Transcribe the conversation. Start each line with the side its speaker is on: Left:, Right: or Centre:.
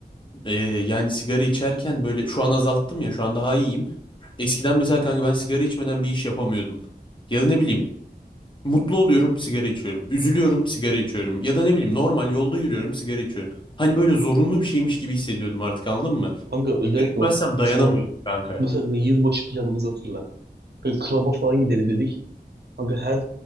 Left: e, yani sigara içerken böyle şu an azalttım ya şu an daha iyiyim. Eskiden mesela kanka ben sigara içmeden bir iş yapamıyordum. Ya da ne bileyim Mutlu oluyorum, sigara içiyorum. Üzülüyorum, sigara içiyorum. Ya da ne bileyim normal yolda yürüyorum, sigara içiyorum. Hani böyle zorunlu bir şeymiş gibi hissediyordum artık anladın mı?
Right: Kanka özellikle
Left: Sigara içmezsem
Right: bak
Left: dayanamıyordum
Right: mesela
Left: kanka.
Right: mesela kanka yılbaşı planımızı hatırla. Böyle klaba falan gidelim dedik. Kanka her